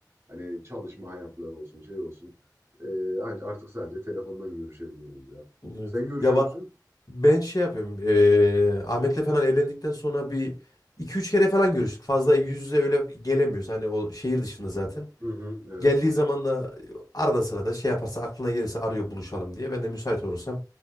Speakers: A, on the right; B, on the left.
A: Hani çalışma hayatları olsun şey olsun. E, anca- artık sadece telefondan görüşebiliyoruz ya.
B: Evet.
A: Sen görüşüyor
B: Ya bak
A: musun?
B: ben şey yapıyorum. Ee, Ahmet'le falan evlendikten sonra bir iki üç kere falan görüştük. Fazla yüz yüze öyle gelemiyoruz. Hani o şehir dışında zaten.
A: Hı hı, evet.
B: Geldiği zaman da arada sırada şey yaparsa aklına gelirse arıyor buluşalım diye. Ben de müsait olursam